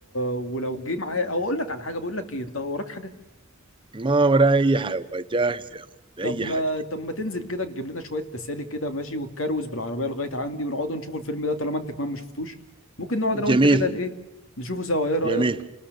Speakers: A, on the left; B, on the right.
A: ولو جه معايا او اقول لك على حاجه بقول لك ايه انت وراك حاجه
B: ما وراي اي حاجة والله جاهز يا عم اي
A: طب ما
B: حاجة
A: طب ما تنزل كده تجيب لنا شويه تسالي كده ماشي وتكروز بالعربيه لغايه عندي ونقعدوا نشوفوا الفيلم ده طالما انت كمان ما شفتوش ممكن نقعد انا وانت
B: جميل
A: كده ن- ايه نشوفه سوا ايه رايك
B: جميل